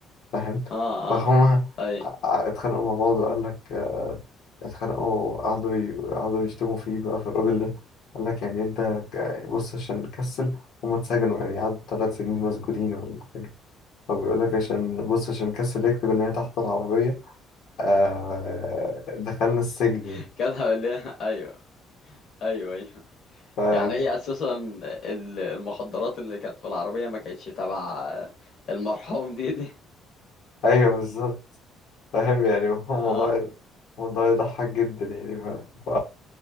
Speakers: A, on the left (about 70°); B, on the left (about 50°).
A: فاهم
B: اه
A: فهما
B: اه ايوه
A: ع- اتخانقوا مع بعض وقال لك آه، اتخانقوا قعدوا ي- قعدوا يشتموا فيه بقى في الراجل ده قال لك يعني انت ك- بص عشان نكسل هما اتسجنوا يعني قعدوا ثلاث سنين مسجونين ولا حاجة فبيقول لك عشان بص عشان كسل يكتب ان هي تحت العربية آه دخلنا السجن
B: <laughs>
A: يعني
B: كده ليه ايوه ايوه ايوه
A: ف...
B: يعني هي اساسا ال- المخدرات اللي كانت في العربيه ما كانتش تبع المرحوم دي دي
A: ايوه بالظبط فاهم يعني <laughs> هو موضوع
B: اه
A: موضوع يضحك جدا يعني ف... ف...